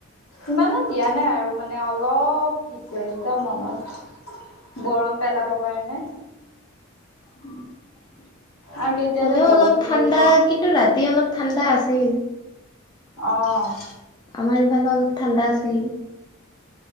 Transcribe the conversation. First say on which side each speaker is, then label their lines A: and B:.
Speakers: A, on the left (about 75°); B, on the left (about 20°).
A: ইমানো দিয়া নাই আৰু মানে অলপ দিছে। একদম মনত গৰম পেলাবৰ কাৰণে।
B: উম <unintelligible>
A: আৰু কেতিয়া
B: হ'লেও
A: যে বৰষুণ
B: অলপ ঠাণ্ডা
A: দিব।
B: কিন্তু ৰাতি অলপ ঠাণ্ডা আছিল।
A: অ'
B: আমাৰ ইফালে অলপ ঠাণ্ডা আছিল।